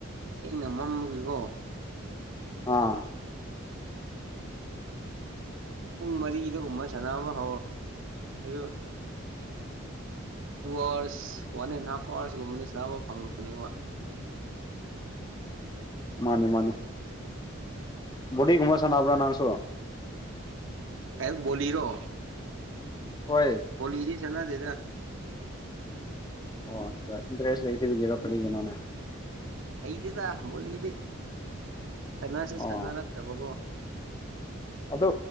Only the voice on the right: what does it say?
ꯊꯅ ꯃꯝꯝꯕꯒꯤꯀꯣ
ꯄꯨꯡ ꯃꯔꯤꯗꯒꯨꯝꯕ ꯁꯥꯟꯅꯕ ꯍꯧꯔꯣ ꯑꯗꯨ two hours one and half ꯑꯥꯋꯔꯁꯀꯨꯝꯕꯅꯤ ꯁꯅꯥ ꯑꯃ ꯐꯪꯕꯅꯦꯕ
ꯀꯩ ꯕꯣꯜꯂꯤꯔꯣ
ꯕꯣꯜꯂꯤꯗꯤ ꯆꯠꯅꯗꯦꯗ꯭ꯔꯥ
ꯍꯩꯗꯤꯦꯗ ꯣꯠꯂꯤꯗꯤ ꯁꯅꯁꯨ
ꯁꯥꯟꯅꯔꯛꯇꯕꯀꯣ